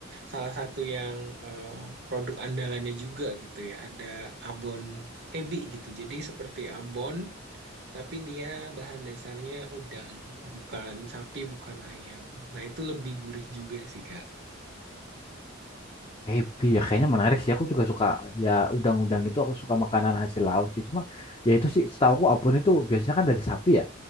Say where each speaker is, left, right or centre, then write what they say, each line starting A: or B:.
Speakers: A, on the right; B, on the left.
A: salah satu yang eh, produk andalannya juga gitu ya. Ada abon ebi gitu. Jadi seperti abon tapi dia bahan dasarnya udang, bukan sapi, bukan ayam. Nah, itu lebih gurih juga sih, Kak.
B: Ebi ya kayaknya menarik sih. Aku juga suka ya udang-udang gitu. Aku suka makanan hasil laut sih. Cuma ya itu sih setahu aku abon itu biasanya kan dari sapi ya.